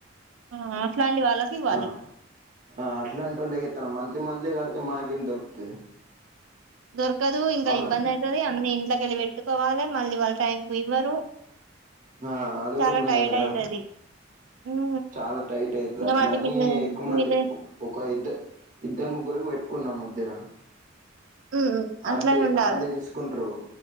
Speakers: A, on the right; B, on the right.
A: ఆ అట్లాంటి వాళ్ళకి ఇవ్వాలి.
B: ఆ ఆ అట్లాంటోలే ఇత్తనం మంత్లీ మంత్లీ కడితే మాకేం దొరుకుతది
A: దొరకదు ఇంకా
B: అవునా
A: ఇబ్బంది అవుతది అన్ని ఇంట్లకెళ్ళి పెట్టుకోవాలి మళ్ళీ వాళ్ళ టైం. ఇవ్వరు.
B: ఆ అదొకటున్నది
A: చాలా టైర్డ్
B: కదా
A: అయితది ఉమ్
B: చాలా టైట్ అయితది
A: ఇంకా
B: అట్లా
A: మళ్ళీ
B: అని
A: మీది
B: ఎక్కువ మంది
A: మీది
B: ఒక ఇద్దరు ఇద్దరు ముగ్గురికి పెట్టుకున్నాము ఉద్దెర
A: ఉమ్
B: అల్లే
A: అట్లనే ఉండాలి
B: అల్లే తీసుకుంటారు.